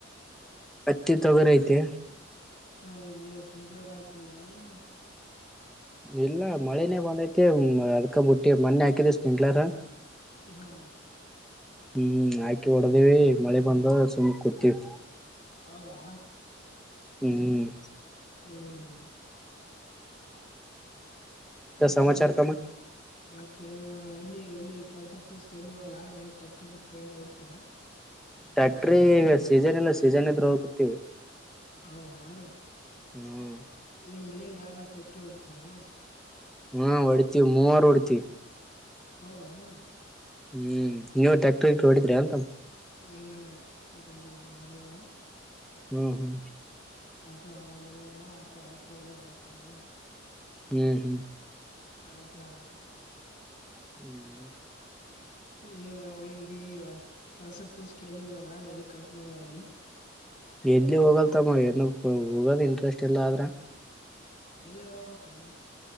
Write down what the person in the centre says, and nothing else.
ಪತ್ತಿ ತೊಗರ ಐತೆ
ಇಲ್ಲ ಮಳೆ ನೇ ಬಂದೈತಿ ಅದ್ಕ ಬಿಟ್ಟಿ ಮೊೆ ಹಾಕಿದ ತಿಂಗಳಾರ
ಹ್ಮ್ ಆಾಕಿ ಹೊಡದಿವವಿ ಮಳೆ ಬಂದ ಸುಮಮ್ಮ್ ಕೂತೀವಿ
ಹ್ಮ್
ಸಮಾಚಾರ ತಮ್ಮ
ಟ್ಯಾಕ್ಟ್ರಿ ಈಗ ಸೀಸನ್ ಇಲ್ಲ ಸೀಸನ್ ಇದ್ರರು ಹೋಗುತ್ತವಿ
ಹ್ಮ್
ಹ್ಮ ಹೊಡ್ತೀವಿ ಮೂವಾರ ಹೊಡ್ಿತೀವಿ
ಹ್ಮ್ ನೀವು ಟ್ಯಾಕ್ಟರ್ ಹೊಡಿದ್ರರಿ ಅಂತ
ಹ್ಮ್ ಹ್ಮ್
ಹ್ಮ್ ಹ್ಮ್
ಹ್ಮ
ಎಲ್ಲಿ ಹೋಗಲ್ತಮ್ಮ ಏನ ಹೋಗೋದ ಇಂಟ್ರೆಸ್ಟ್ ಇಲ್ಲ ಆದ್ರೆ